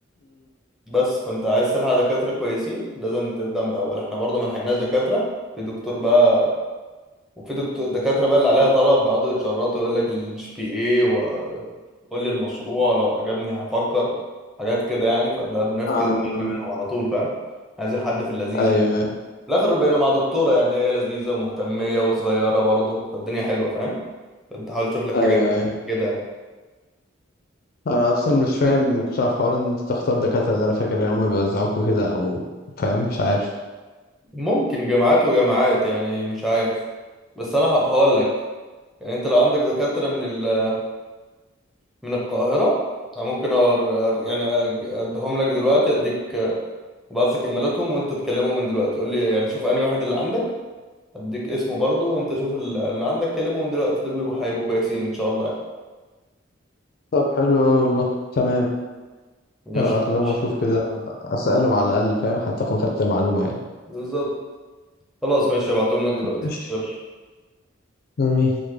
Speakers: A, in the centre; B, on the left.
A: بس فانت عايز تلحق دكاترة كويسين لازم تبدأ من الأول احنا برضه ما لحقناش دكاترة في دكتور بقى وفي دكتور دكاترة بقى اللي عليها طلب بيقعدوا يتشرطوا يقول لك الجي بي اي وقول لي المشروع لو عجبني هفكر حاجات كده يعني فده بنفكس
B: امم
A: دماغنا منهم على طول فاهم عايزين حد في اللذيذ
B: ايوه
A: يعني
B: ايوه
A: في الآخر بقينا مع دكتورة يعني هي لذيذة ومهتمية وصغيرة برضه فالدنيا حلوة فاهم فانت حاول تشوف لك حاجات
B: ايوه ايوه.
A: كده يعني.
B: انا اصلا مش فاهم مقتنع في حوار ان انت تختار دكاتره ده انا فاكر ان هم بيوزعوكوا كده او فاهم مش عارف
A: ممكن جامعات وجامعات يعني مش عارف بس انا هقول لك يعني انت لو عندك دكاترة من ال... من القاهرة انا ممكن أور... أر- يعني أج- اديهم لك دلوقتي اديك ابعت لك ايميلاتهم وانت تكلمه من دلوقتي قول لي يعني شوف انهي واحد اللي عندك اديك اسمه برضه وانت شوف ال- اللي عندك كلمه من دلوقتي دول بيبقوا هيبقوا كويسين ان شاء الله
B: طب حلو اوي والله تمام
A: يعني
B: هبعت
A: قشطة،
B: لهم
A: ماشي
B: اشوف كده اسالهم على الاقل فاهم حتى اكون خدت معلومه يعني
A: بالظبط خلاص ماشي هبعتهم لك دلوقتي
B: ماشي
A: يلا
B: امين.